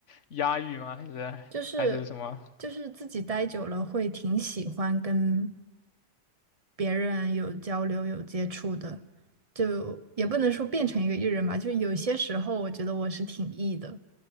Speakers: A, on the left; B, on the right.
A: 压抑吗？还是还是什么？
B: 就是就是自己待久了会挺喜欢跟别人有交流、有接触的，就也不能说变成一个 E 人吧，就是有些时候我觉得我是挺 E 的，